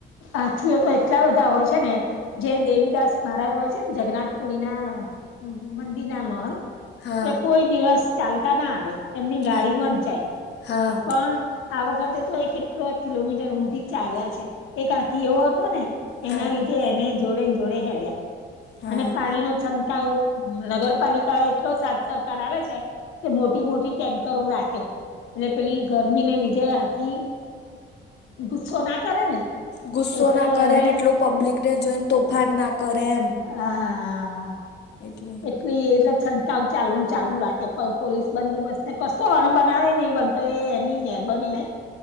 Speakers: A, on the left; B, on the left.
A: આથી એ તો એટલા બધા હોય છે ને જે દેવીદાસ મહારાજ હોય છે ને જગન્નાથ પુરી ના મંદિર ના મહંત
B: હા
A: એ કોઈ દિવસ ચાલતા ના આવે એમની ગાડીમાં
B: હા
A: જ જાય.
B: હા.
A: પણ આ વખતે તો એ કેટલો કિલોમીટર સુધી તો ચાલ્યા છે. એક હાથી એવો હતો ને
B: હા.
A: એના લીધે એને જોડે ને જોડે ચાલ્યા.
B: હા
A: અને પાણી નો છંટકાવ નગરપાલિકા એ એટલો સાથ સહકાર આપે છે કે મોટી મોટી ટેન્કરો રાખે. એટલે પેલી ગરમીને લીધે આથી ગુસ્સો ના કરે ને
B: ગુસ્સો
A: એટલે
B: ના કરે
A: એને
B: અને એટલો પબ્લિકને જોઈને તોફાન ના કરે એમ.
A: હા.
B: એટલે
A: એટલે એ છંટકાવ ચાલુ ને ચાલુ રાખે પોલીસ બંદોબસ્ત ને કશો અણબનાવ નહીં બને તો એની મહેરબાની ને